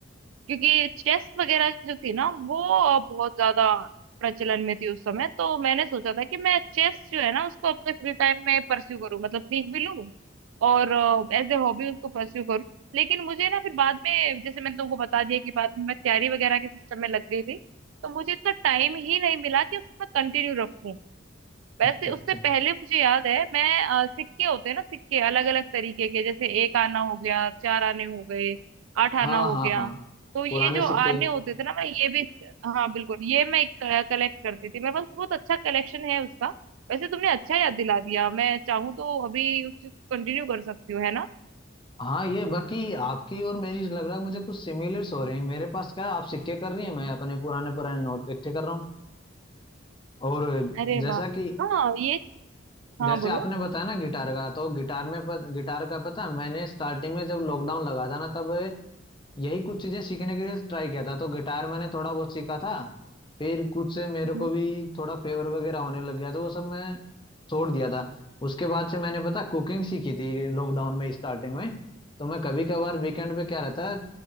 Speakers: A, on the right; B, on the left.
A: क्योंकि चेस वगैरह जो थी ना वो अ, बहुत ज्यादा प्रचलन में थी उस समय तो मैंने सोचा था कि मैं चेस जो है ना उसको अपने फ्री टाइम में परस्यू करूँ मतलब सीख भी लूँ और एज ए हॉबी उसको परस्यू करूँ लेकिन मुझे ना फिर बाद में जैसे मैंने तुमको बता दिया कि बाद में मैं तैयारी वगैरह के सिस्टम में लग गई थी तो मुझे इतना टाइम ही नहीं मिला कि उसको मैं कंटिन्यू रखूं वैसे
B: अच्छा अच्छा
A: उससे पहले मुझे याद है मैं अ, सिक्के होते हैं ना सिक्के अलग अलग तरीके के जैसे एक आना हो गया चार आने हो गए आठ
B: हाँ
A: आना हो
B: हाँ
A: गया
B: हाँ
A: तो ये
B: पुराने
A: जो
B: सिक्के
A: आने होते थे ना मैं ये भी हाँ बिल्कुल ये मैं कलेक्ट करती थी मेरे पास बहुत अच्छा कलेक्शन है उसका वैसे तुमने अच्छा याद दिला दिया मैं चाहूँ तो अभी उस चीज को कंटिन्यू कर सकती हूँ है ना
B: हाँ ये बाकी आपकी और मेरी लग रहा है मुझे कुछ सिमिलर्स हो रही हैं मेरे पास क्या है आप सिक्के कर रही हैं मैं अपने पुराने पुराने नोट इकट्ठे कर रहा हूँ और
A: अरे
B: जैसा
A: वाह
B: कि
A: हाँ ये चीज हाँ
B: जैसे
A: बोलो
B: आपने बताया ना गिटार का तो गिटार में पत, गिटार का पता है, मैंने स्टार्टिंग में जब लॉकडाउन लगा था ना तब यही कुछ चीजें सीखने के लिए ट्राई किया था तो गिटार मैंने थोड़ा बहुत सीखा था फिर कुछ से मेरे
A: हम्म
B: को भी थोड़ा फेवर वगैरह होने लग गया तो वो सब मैं छोड़ दिया था उसके बाद से मैंने पता कुकिंग सीखी थी लॉकडाउन में स्टार्टिंग में तो मैं कभी कभार वीकेंड पे क्या रहता है